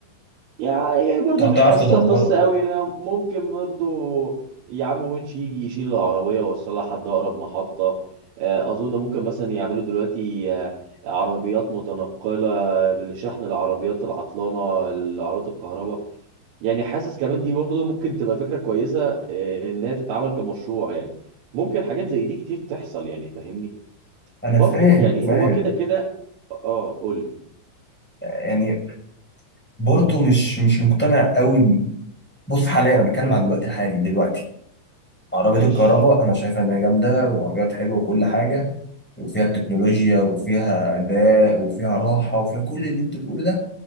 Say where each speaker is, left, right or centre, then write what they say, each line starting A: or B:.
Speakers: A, on the right; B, in the centre.
A: يعني برضه
B: هتعرف
A: مش حاسسها
B: تدبرها
A: قصه قوي انا ممكن برضه يا عم وينش يجي يشيل العربيه ويوصلها لحد اقرب محطه آه، اظن ممكن مثلا يعملوا دلوقتي آه، عربيات متنقله بالشحن العربيات العطلانه العربيات الكهرباء يعني حاسس كمان دي برضه ممكن تبقى فكرة كويسة آه، إنها تتعمل كمشروع يعني ممكن حاجات زي دي كتير تحصل يعني فاهمني
B: أنا
A: برضه
B: فاهم
A: يعني
B: فاهم
A: هو كده كده اه قول لي
B: يعني برضه مش مش مقتنع قوي بص حاليا انا بتكلم عن الوقت الحالي دلوقتي عربية
A: مش
B: الكهرباء انا شايفها ان هي جامدة وعربيات حلوة وكل حاجة وفيها تكنولوجيا وفيها اداء وفيها راحة وفيها كل اللي انت بتقوله ده